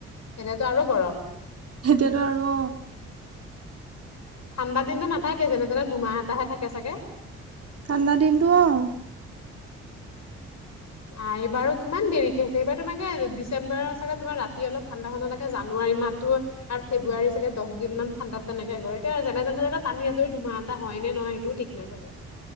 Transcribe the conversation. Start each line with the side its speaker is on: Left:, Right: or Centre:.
Left: এতিয়াতো আৰু গৰম!
Right: সেইটোৱেতো আৰু!
Left: ঠাণ্ডা দিনটো নাথাকে, যেনেতেনে দুমাহ এটাহে থাকে ছাগে!
Right: ঠাণ্ডা দিনটো, অ'!
Left: আঁ এইবাৰো কিমান দেৰিকে হৈছে, এইবাৰ তোমাৰ কি, ডিচেম্বৰ ওচৰতে, তোমাৰ ৰাতি অলপ, ঠাণ্ডা-ঠাণ্ডা লাগে। জানুৱাৰী মাহতো। আৰু ফেব্ৰুৱাৰী ছাগে, দহদিন মান ঠাণ্ডাত তেনেকে কৰে, এতিয়া যেনে-তেনে, টানি-আজৰি দুমাহ এটা হয় নে নহয়, সেইটো ঠিক নাই চাগে!